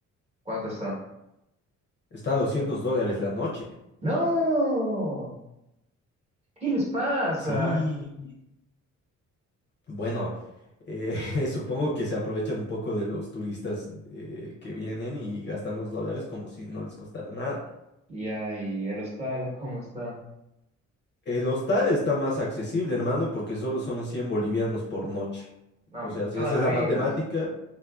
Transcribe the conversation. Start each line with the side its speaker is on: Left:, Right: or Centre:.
Right: ¿Cuánto está?
Left: Está a 200 dólares la noche.
Right: ¡No! ¿Qué les pasa?
Left: Sí, bueno, eh, <laughs> supongo que se aprovechan un poco de los turistas eh, que vienen y gastan los dólares como si no les costara nada.
Right: Y ahí, el hostal, ¿cómo está?
Left: El hostal está más accesible, hermano, porque solo son 100 bolivianos por noche.
Right: No,
Left: O sea, si
Right: toda
Left: haces
Right: la
Left: la
Right: vida.
Left: matemática,
Right: O